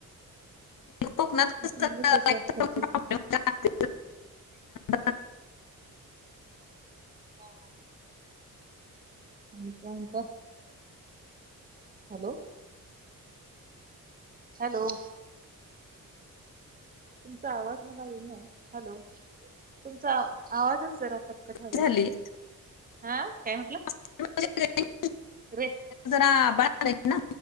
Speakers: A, on the left (about 65°); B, on the right (about 25°).
A: कोकणांत
B: तुमचा
A: लाईटचां
B: जसा फरकत
A: प्रोब्लम ऽ <unintelligible>
B: हो हो हो, कायं मनतांय? हॅलो, हॅलो, तुमचां आवांज पटज मला येई ना, हॅलो तुमचा आवांजच जरां हां,
A: झाली
B: हां कायं म्हंटला!
A: <unintelligible>
B: रेज,
A: जरां बाद ना,